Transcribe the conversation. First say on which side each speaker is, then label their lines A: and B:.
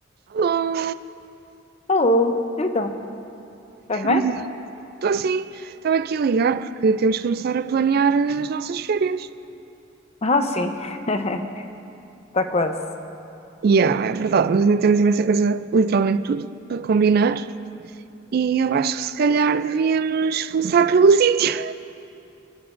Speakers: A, on the right; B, on the left.
A: Alô!
B: Alô, então, estás bem?
A: Olha, estou assim, estava aqui a ligar porque temos que começar a planear as nossas férias.
B: Ah, sim, <laughs> está quase.
A: Yeah, é verdade, mas ainda temos imensa coisa, literalmente tudo, para combinar. E eu acho que se calhar devíamos começar pelo <laughs> sítio.